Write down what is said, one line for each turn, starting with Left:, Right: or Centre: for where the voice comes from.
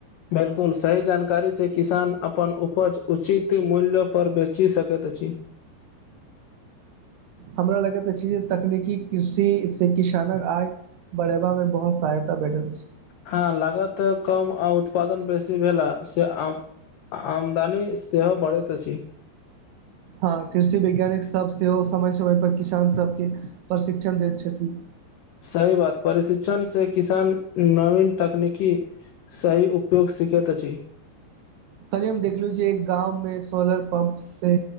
Left: बिल्कुल सही जानकारी सँ किसान अपन उपज उचित मूल्य पर बेचि सकैत अछि।
Right: हमरा लगैत अछि जे तकनीकी कृषि से किसानक आय बढ़ेबा में बहुत सहायता भेटत अछि।
Left: हाँ लागत कम आ उत्पादन बेसी भेल ह से आम आमदनी सेहो बढ़ैत अछि।
Right: आं कृषि वैज्ञानिक सब सेहो समय समय पर किसान सब केँ प्रशिक्षण देत छथिन।
Left: सही बात परिशिक्षण से किसान नवीन तकनीकी सही उपयोग सिखैत अछि।
Right: कल्हे हम देखलु जे एक गाँव मे सोलर पम्प से